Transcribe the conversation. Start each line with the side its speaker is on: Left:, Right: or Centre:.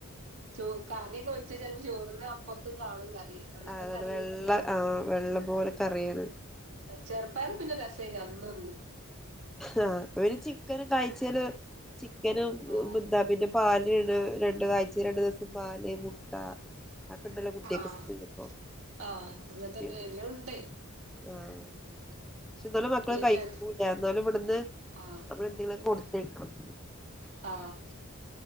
Right: ചോ കറിയൊക്കെ ഒഴിച്ചാ ചെലപ്പോ ചോറിന്റ അപ്പൊറത്തും കാണും കറി. അന്നത്തെ
Centre: ആഹ് അതാണ്
Right: കറിയൊക്കെയാണ്
Centre: വെള്ള ആ വെള്ളം പോലെ കറിയാണ്.
Right: ചെറുപ്പായറ് പിന്നെ രസാണ് അന്നും ഇന്നും
Centre: ആഹ് ഒര് ചിക്കന് ആഴ്ചേല് ചിക്കനും
Right: ആഹ്
Centre: എന്താ പിന്നെ പാല്ണ് രണ്ട് ആഴ്ചല് രണ്ടു ദിവസം പാല് മുട്ട അപ്പണ്ടല്ലോ കുട്ട്യാക്ക്
Right: ആഹ്
Centre: സ്കൂളിപ്പോ
Right: ആഹ് അങ്ങനെ തന്നെ
Centre: <unintelligible>
Right: എല്ലാം ഉണ്ട്
Centre: ആഹ് പക്ഷെ ന്നാലും മക്കള്
Right: പിന്നെ
Centre: കഴിക്കൂല്ല എന്നാലും ഇവിടുന്ന്
Right: ആഹ്
Centre: നമ്മള് എന്തെങ്കിലൊക്കെ കൊടുത്തയക്കണം
Right: ആഹ്.